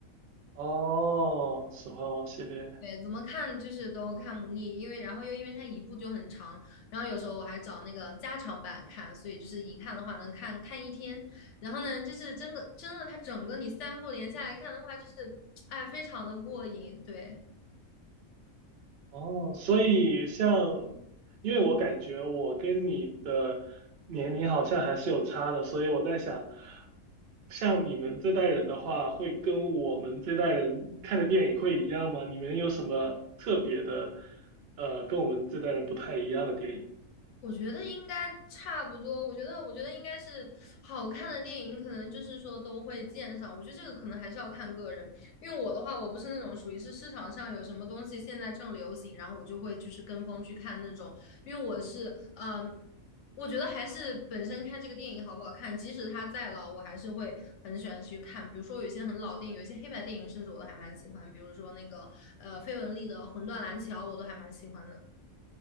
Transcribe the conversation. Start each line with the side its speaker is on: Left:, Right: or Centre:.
Right: 哦，《指环王》系列。
Left: 对，怎么看就是都看不腻，因为然后又因为它一部就很长，然后有时候我还找那个加长版看，所以就是一看的话能看看一天。然后呢，就是真的真的它整个你三部连下来看的话，就是哎非常的过瘾，对。
Right: 哦，所以像，因为我感觉我跟你的年龄好像还是有差的，所以我在想，像你们这代人的话，会跟我们这代人看的电影会一样吗？你们有什么特别的，呃，跟我们这代人不太一样的电影？
Left: 我觉得应该差不多。我觉得，我觉得应该是好看的电影，可能就是说都会见上。我觉得这个可能还是要看个人，因为我的话，我不是那种属于是市场上有什么东西现在正流行，然后我就会就是跟风去看那种。因为我是，嗯，我觉得还是本身看这个电影好不好看，即使它再老，我还是会很喜欢去看。比如说有一些很老电影，有一些黑白电影，甚至我都还蛮喜欢。比如说那个呃，费雯丽的《魂断蓝桥》，我都还蛮喜欢的。